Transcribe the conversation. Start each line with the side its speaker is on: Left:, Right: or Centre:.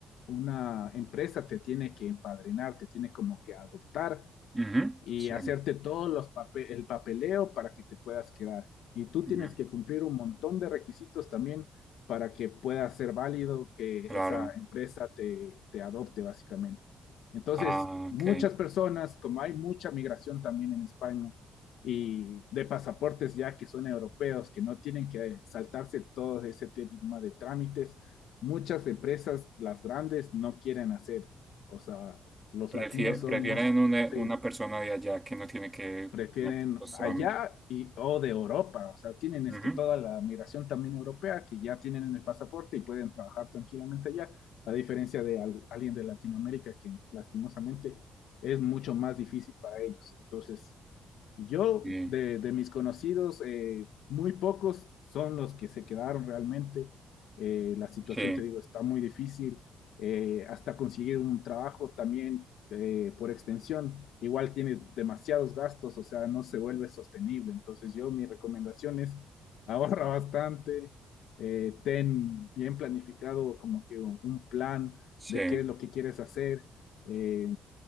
Left: una empresa te tiene que empadrinar, te tiene como que adoptar
Right: Ujú,
Left: y
Right: sí,
Left: hacerte todo los pape- el papeleo para que te puedas quedar. Y tú
Right: ujú,
Left: tienes que cumplir un montón de requisitos también para que pueda ser válido que
Right: claro.
Left: esa empresa te, te adopte básicamente. Entonces,
Right: Ah,
Left: muchas
Right: ok.
Left: personas, como hay mucha migración también en España y de pasaportes ya que son europeos, que no tienen que saltarse todo ese tema de trámites, muchas empresas, las grandes, no quieren hacer. O sea, los
Right: Prefie-
Left: latinos
Right: prefieren
Left: somos...
Right: una,
Left: Sí,
Right: una persona de allá que no tiene que
Left: prefieren
Right: hacer los
Left: allá
Right: trámites.
Left: y o de Europa, o sea, tienen
Right: Ujú.
Left: es que toda la migración también europea que ya tienen en el pasaporte y pueden trabajar tranquilamente allá, a diferencia de algo- alguien de Latinoamérica que lastimosamente es mucho más difícil para ellos. Entonces, yo
Right: Sí,
Left: de, de mis conocidos, eh, muy pocos son los que se quedaron realmente. Eh, la situación,
Right: sí,
Left: te digo, está muy difícil. Eh, hasta conseguir un trabajo también eh, por extensión, igual tienes demasiados gastos, o sea, no se vuelve sostenible. Entonces yo mi recomendación es <laughs> ahorra bastante, eh, ten bien planificado como que un plan
Right: sí,
Left: de qué es lo que quieres hacer. Eh,